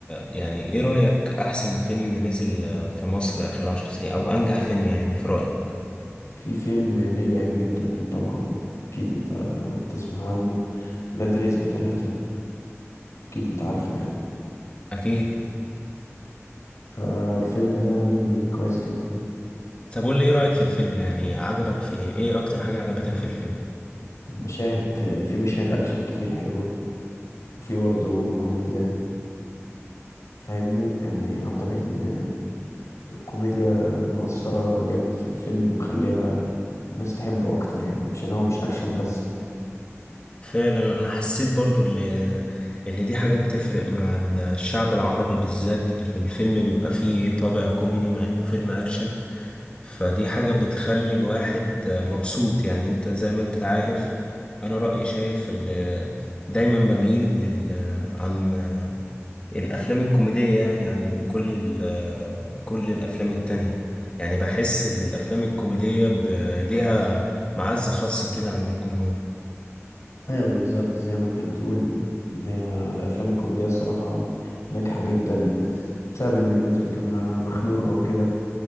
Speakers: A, on the left (about 20°); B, on the left (about 85°).
A: يعني ايه رأيك احسن فيلم نزل في مصر اخر عشر سنين او انجح فيلم يعني في رأيك
B: في فيلم نجح جدا طبعا اكيد انت تسمع عنه ولاد رزق ثلاثة اكيد انت عارفه يعني
A: اكيد
B: فالفيلم ده يعني كويس جدا
A: طب قول لي ايه رأيك في الفيلم يعني عجبك في ايه اكتر حاجة عجبتك في الفيلم
B: المشاهد في مشاهد أكشن كتير حلوة وفي برضه كوميديا فاهمني يعني أعتقد إن الكوميديا مؤثرة جامد في الفيلم ومخليها الناس تحبه أكتر يعني عشان هو مش أكشن بس
A: فعلا انا حسيت برضو اللي اللي دي حاجة بتفرق مع الشعب العربي بالذات اللي الفيلم بيبقى فيه طابع كوميدي مع انه فيلم اكشن فدي حاجة بتخلي الواحد مبسوط يعني انت زي ما انت عارف انا رأيي شايف اللي دايما بميل لل عن الافلام الكوميدية يعني عن كل ال... كل الافلام التانية يعني بحس ان الافلام الكوميدية ب... ليها معزة خاصة كده عند الجمهور
B: أيوه بالظبط زي ما أنت بتقول إن هي الأفلام الكوميدية الصراحة ناجحة جدا بسبب إن الناس بتبقى مخنوقة وكده